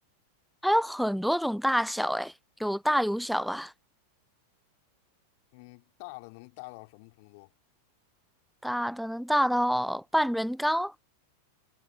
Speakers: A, in the centre; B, on the left.
A: 它有很多种大小，诶，有大有小吧。
B: 嗯，大的能大到什么程度？
A: 大的能大到半人高，